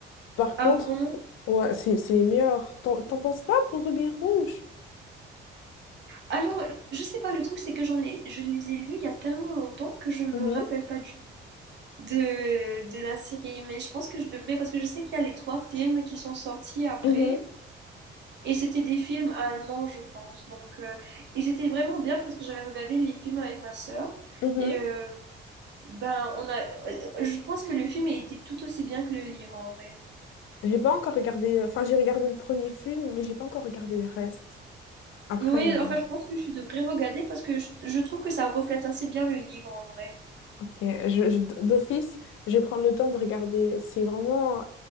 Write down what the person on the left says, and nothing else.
Par
contre,
ouais, c'est c'est les meilleures. T'en t'en penses pas pour Ruby Rouge?
Mhm,
mhm,
mhm.
J'ai pas encore regardé, enfin j'ai regardé le premier film, mais j'ai pas encore regardé le reste. Après,
euh,
ok, je, je- d'office, je vais prendre le temps de regarder. C'est vraiment